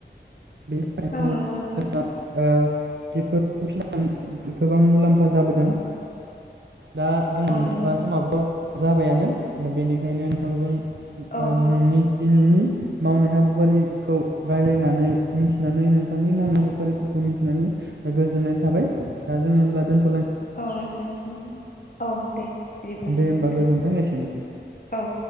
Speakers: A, on the right; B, on the left.
A: बेनि थाखायनो
B: औ नंगौ नोंथां।
A: जोंहा ओ बेफोरखौ फिनानै गोबां मुलाम्फा जाबोदों। दा जों
B: औ
A: नोंथां
B: नंगौ
A: ओ समाबोथ जाबायानो बेनिखायनो नोंथांजों ओ
B: औ
A: नोंनि दिनैनि मावनाय हाबाफारिखौ रायलायनानै मिथिनानै नोंथांनि मावनाय हाबाफारिफोरखौ मिथिनानै गोजोननाय थाबाय दा जोङो होमब्ला दोनथ
B: औ नोंथां। औ दे। बिदिब्ला
A: दे होमबा
B: नोंथां
A: गोजोन्थों। एसेनोसै।
B: औ